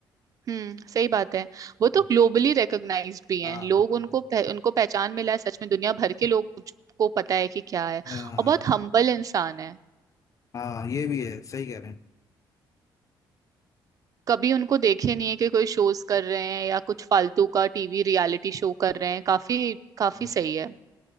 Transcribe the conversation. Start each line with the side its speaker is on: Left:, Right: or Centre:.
Right: हम्म सही बात है वो
Left: है
Right: तो ग्लोबली रिकॉग्नाइज्ड भी हैं
Left: हाँ
Right: लोग
Left: हाँ
Right: उनको पह, उनको पहचान मिला है सच में दुनिया भर के लोग उस- को पता है कि क्या है
Left: हाँ हाँ
Right: और
Left: हाँ
Right: बहुत हम्बल इंसान है
Left: हाँ, ये भी है सही कह रहे
Right: कभी उनको देखे नहीं है कि कोई शोज कर रहे हैं या कुछ फालतू का टीवी रियलिटी शो कर रहे हैं काफी काफी
Left: हैं
Right: सही है